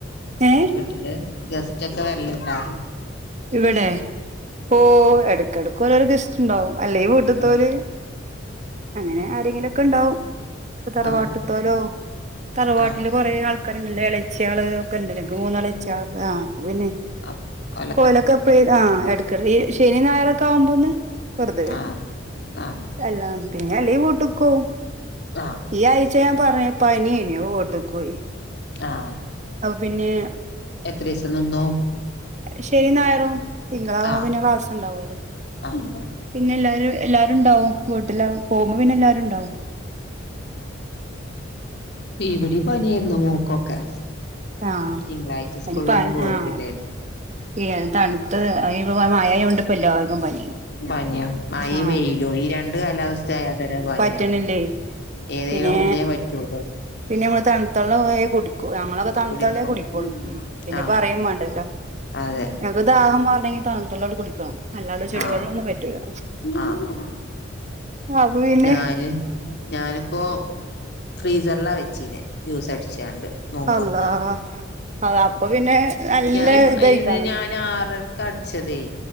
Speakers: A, on the right; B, on the left.
A: ഏ
B: വീട്ടില് ഗസ്റ്റ് ഒക്കെ വരല്ണ്ടാ
A: ഇവിടെ ഓ എടക്കടക് <unintelligible> ഉണ്ടാവും അല്ലെ വീട്ട്ത്തോല്
B: ആഹ്
A: അങ്ങനെ ആരെങ്കിലുക്കെ ഉണ്ടാവും തറവാട്ട്ത്തോലോ
B: ആഹ്
A: തറവാട്ടില്
B: ആഹ്
A: കുറെ ആൾക്കാരല്ലല്ലോ ഇളച്ചയാള് ഒക്കെ ഇണ്ട് എക്ക് മൂന്ന് ഇളച്ച ആൾ അപ്പൊ പിന്നെ
B: ആ <unintelligible>
A: കോലൊക്കെ പോയി ആ എടക്ക ഈ ശനി ഞായറൊക്കെ ആവുമ്പോ ഒന്ന് വെറുത വരും
B: ആഹ് ആഹ്
A: എല്ലാം പിന്നെ അല്ല വീട്ടിക്ക് ടപോകും
B: ആഹ്
A: ഈ ആഴ്ച ഞാൻ പറഞ്ഞ പനിയേനു വീട്ടക്ക് പോയി
B: ആഹ്
A: പിന്നെ
B: എത്ര ദിവസം നിന്നു
A: ഷെനിം ഞായറും തിങ്കളാവുമ്പോ
B: ആഹ്
A: പിന്നെ ക്ലാസ്സ് ഉണ്ടാവുല്ലോ
B: ആഹ്
A: പിന്നെ എല്ലാരും എല്ലാരും ഉണ്ടാവും വീട്ടില് പോകുമ്പോ പിന്നെ എല്ലാരും ഇണ്ടാവും
B: ഇവിടെ പനി ആയിനൂ മോൾക്കൊക്കെ
A: ആഹ്
B: തിങ്കളാഴ്ച
A: അയിന്
B: സ്കൂളിലൊന്നും
A: പ
B: പോയിട്ടില്ലേന്നു
A: ആഹ് ഈ അ തണുത്ത മഴ ആയോണ്ടപ്പോ എല്ലാർക്കും പനി
B: പനിയ മഴയും
A: ആ
B: വെയിലും ഈ രണ്ട് കാലാവസ്ഥ ആയാ തന്നെ പണിയാ
A: പറ്റണില്ലേ
B: ഏതേലും
A: പിന്നെ
B: ഒന്നേ പറ്റൂള്ളൂ
A: പിന്നെ നമ്മൾ തണുത്തുള്ളയ കുടിക്കും ഞങ്ങ തണുത്തുള്ളേ
B: കുടിക്കും
A: കുടിക്കോള്ളൂ പിന്നെ
B: ആഹ്
A: പറയും വേണ്ടല്ലോ
B: അതെ
A: ഞങ്ങക്ക് ദാഹം മാറണെങ്കിൽ തണുത്തുള്ള കുടിക്കണം അല്ലാതെ ചെടുവെള്ളന്നും
B: ആഹ്
A: പറ്റൂല്ല
B: ആഹ്
A: അപ്പൊ പിന്നെ
B: ഞാന് ഞാനിപ്പോ ഫ്രീസറിലാ വെച്ചീനെ ജ്യൂസ് അടിച്ചാണ്ട് നോമ്പുറ
A: അള്ളാ അത അപ്പൊ പിന്നെ നല്ല
B: ഞാൻ
A: ഇതായിക്കാണല്ലോ
B: ഇത് ഞാൻ ആറര കടിച്ചതേ